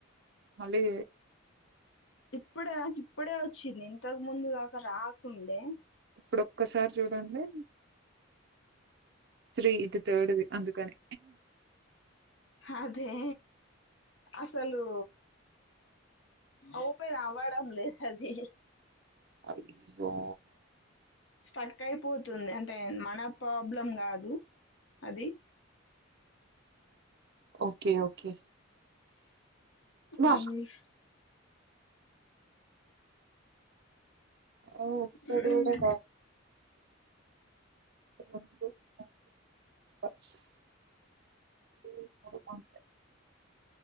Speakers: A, on the right (about 55°); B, on the left (about 65°).
A: మళ్ళీ
B: ఇప్పుడే నాకు ఇప్పుడే వచ్చింది ఇంతకు ముందు దాకా రాకుండే
A: ఇప్పుడు ఒక్కసారి చూడండి త్రీ ఇది థర్డ్ది అందుకని.
B: అదే అసలు ఓపన్ అవ్వడం లేదు అది.
A: అయ్యో
B: స్టక్ అయిపోతుంది అంటే మన ప్రాబ్లం కాదు అది
A: ఓకే ఓకే వా
B: అ ఐ విష్
A: ఆ ఒకట్టి
B: మ్మ్.
A: కూడా <unintelligible> <unintelligible> అంతే